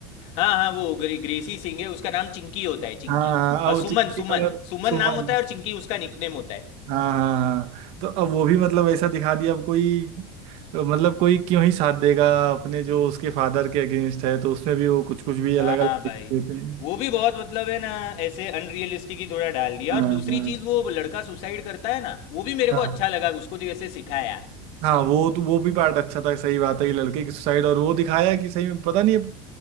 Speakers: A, on the left; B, on the right.
A: हाँ हाँ वो ग्रे, ग्रेसी सिंह है उसका नाम चिंकी होता है चिंकी
B: हाँ हाँ,
A: और
B: वो
A: सुमन
B: चिंकी
A: सुमन
B: वाला
A: सुमन
B: सुमन
A: नाम होता है और चिंकी उसका निकनेम होता है
B: हाँ हाँ, हाँ। तो अब वो भी मतलब ऐसा दिखा दिया अब कोई तो मतलब कोई क्यों ही साथ देगा अपने जो उसके फादर के अगेंस्ट है तो उसमें भी वो कुछ कुछ भी अलग
A: हाँ
B: अलग
A: भाई
B: दिख देते हैं
A: वो भी बहुत मतलब है ना ऐसे अनरियलिस्टिक ही थोड़ा डाल दिया
B: हाँ
A: और दूसरी
B: हाँ
A: चीज़ वो लड़का सुसाइड करता है ना वो भी मेरे
B: हाँ
A: को अच्छा लगा उसको जो ऐसे सिखाया
B: हाँ वो तो वो भी पार्ट अच्छा था सही बात है कि लड़के की सुसाइड और वो दिखाया कि सही में पता नहीं अब